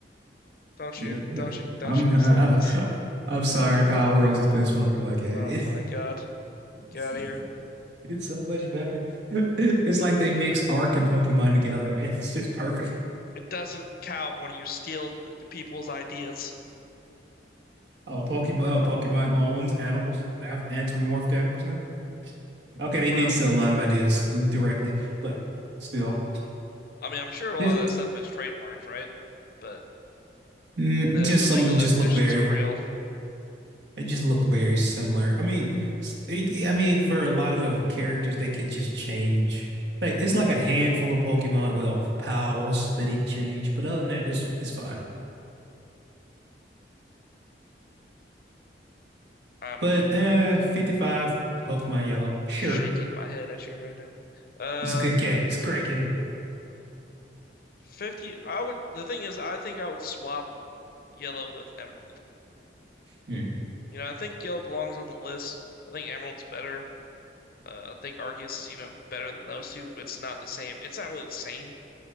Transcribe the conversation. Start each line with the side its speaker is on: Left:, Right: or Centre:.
Left: don't
Right: Yeah,
Left: you
Right: th-
Left: don't you don't
Right: I'm
Left: you
Right: <laughs> I,
Left: start this.
Right: I- I'm sorry. Power World is the best Pokemon game.
Left: Oh my
Right: <laughs>
Left: God.
Right: <laughs>
Left: Get out of here.
Right: It's so much better. <laughs> It's like they mix Arc and Pokemon together, and it's just perfect.
Left: It doesn't count when you steal th- people's ideas.
Right: Oh, Pokemon, oh, Pokemon owns animals, af- anthropomorphic animals now. Okay, they
Left: Well,
Right: did steal a lot of ideas directly, but still,
Left: I mean, I'm sure a
Right: just
Left: lot of that stuff is trademarked, right? But
Right: mm,
Left: the
Right: just
Left: the legal
Right: some of them just
Left: definitions
Right: look very,
Left: are real.
Right: they just look very similar. I mean, s- it- I mean, for a lot of the characters, they could just change. Like it's like a handful of Pokemon, well, pals, they didn't change, but other than that, this it's fine.
Left: I'm
Right: But uh, 55 Pokemon Yellow, sure,
Left: shaking my head at you right now. Uh,
Right: it's a good game. It's a great game.
Left: 50, I would, the thing is, I think I would swap yellow with emerald.
Right: Yeah.
Left: You know, I think yellow belongs on the list. I think emerald's better. Uh, I think Arceus is even better than those two, but it's not the same. It's not really the same